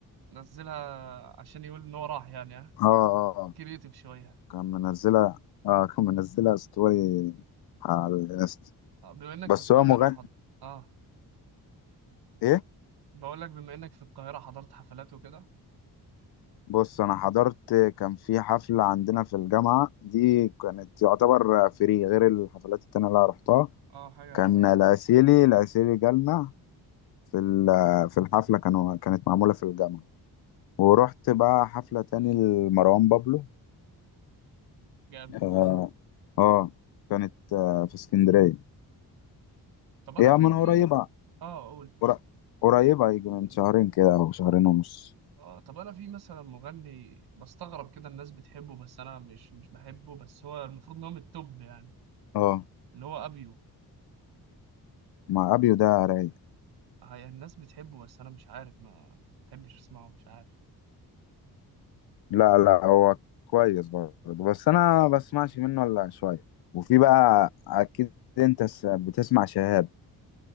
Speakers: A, on the right; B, on the left.
A: نزلها عشان يقول ان هو راح يعني ها
B: اه اه آه.
A: كرييتيف شويه
B: كان منزلها اه كان منزلها ستوري على الانستا
A: آه، بما انك
B: بس
A: في القاهره
B: هو مغني
A: حض... اه
B: ايه
A: بقول لك بما انك في القاهره حضرت حفلات وكده
B: بص انا حضرت كان في حفلة عندنا في الجامعة دي كانت يعتبر فري غير الحفلات التانية اللي أنا رحتها
A: اه حاجه
B: كان
A: اه
B: العسيلي العسيلي جالنا في ال- في الحفلة كانوا كانت معمولة في الجامعة ورحت بقى حفلة تاني لمروان بابلو
A: جامد
B: اه آه، كانت آه، في اسكندرية
A: طب انا
B: هي
A: في
B: من قريبة
A: في اه قول
B: قر- قريبة يجي من شهرين كده او شهرين ونص
A: آه، طب انا في مثلا مغني بستغرب كده الناس بتحبه بس انا مش مش بحبه بس هو المفروض ان هو من التوب يعني
B: اه
A: اللي هو ابيو
B: مع ابيو ده رايق
A: آه، يعني الناس بتحبه بس انا مش عارف ما بحبش اسمعه مش عارف
B: لا لا هو كويس برضه بس انا ما بسمعش منه الا شويه وفي بقى اكيد انت س- بتسمع شهاب